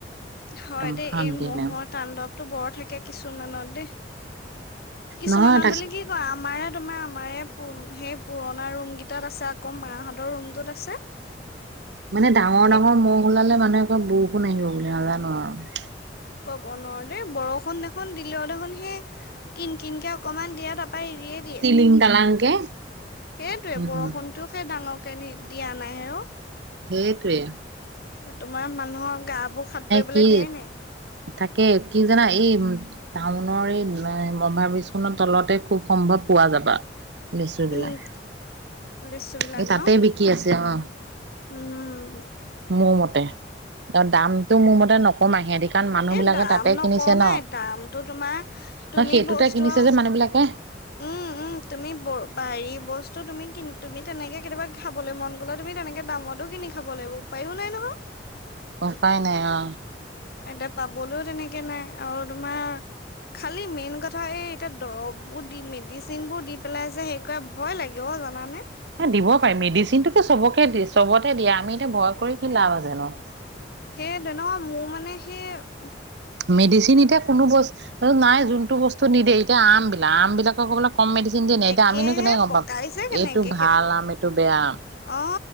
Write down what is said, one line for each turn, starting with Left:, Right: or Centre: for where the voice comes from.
Left: হয়
Right: একদম
Left: দেই
Right: শান্তি
Left: এই মহৰ
Right: নাই।
Left: তান্দৱ। টো বৰ থাকে কিছুমানত দেই। কিছুমানত
Right: নহয় তাক
Left: বুলি কি কয় আমাৰ এ তোমাৰ আমাৰ এই সেই পুৰণা ৰুম কেইটাত আছে আকৌ মাহঁতৰ ৰুমটোত আছে।
Right: মানে ডাঙৰ ডাঙৰ
Left: এ
Right: মহ ওলালে মানুহ। মুৱৌ বৰষুণ আহিব বুলি নাজানো আৰু
Left: ক'ব নোৱাৰো দেই। বৰষুণ দেখোন দিলেও দেখোন সেই কিন কিনকে অকমান দিয়াত। তাই এৰিয়ে দিয়ে
Right: টিলিং টালাংকে
Left: সেইটোৱে
Right: উম
Left: বৰষুণতটোও সেই ডাঙৰ। দিয়া নাই অ'।
Right: সেইটোৱেই।
Left: তোমাৰ মানুহৰ গা বোৰ সাত পৰিবলৈ
Right: কি
Left: দিয়াই নাই।
Right: তাকে কি জানা এই টাউনৰ এই অভাৰ ব্ৰীজ খনৰ তলতে খুব সম্ভৱ পোৱা যাবা। লেচু বিলাক
Left: উম, লিচু বিলাক
Right: এই তাতে
Left: ন?
Right: বিকি আছে অ'
Left: উম,
Right: মোৰ মতে তাত দামতটো মোৰ মতে নকমাই সিহঁতি। কাৰণ মানুহ
Left: এ
Right: বিলাকে
Left: দাম
Right: তাতে
Left: নকমাই
Right: কিনিছে ন
Left: দামটো তোমাৰ তুমি
Right: ন সেইটোতে
Left: বস্তু
Right: কিনিছে
Left: আৰু
Right: যে মানুহ বিলাকে
Left: উম উম তুমি ব বাৰি বস্তু তুমি -তুমি তেনেকে কেতিয়াবা খাবলৈ মন গ'লে তুমি তেনেকে দামতো কিনি খাব লাগিব উপায়ো নাই নহয়।
Right: অ' উপাই নাই অ '
Left: এতিয়া পাবলৈও তেনেকে নাই আৰু তোমাৰ খালি মেইন কথা এই এতিয়া দৰববোৰ দি মেডিচিন বোৰ দি পেলাই যে সেইকাৰ ভয় লাগে অ জানেনে।
Right: এ দিব পাৰিম মেডিচিন টো চবকে দিয়ে চবতে দিয়ে আমি এতিয়া ভয় কৰি কি লাভ আছে নো
Left: সেই টোৱে ন'মোৰ মানে। <unintelligible> কি হ'ল
Right: মেডিচিন এতিয়া কোনো বস্তু নাই। যোনতটো বস্তু নিদে এতিয়া আম। নাম বিলাকক আকৌ বোলে। <unintelligible> কম মেডিচিন দিয়ে নি এতিয়া
Left: একেহে
Right: আমিনো কেনেকে গম
Left: পকাইছে
Right: পাম
Left: কেনেকে
Right: এইটো ভাল
Left: সেইবোৰ
Right: আম এইটো বেয়া আম।
Left: অ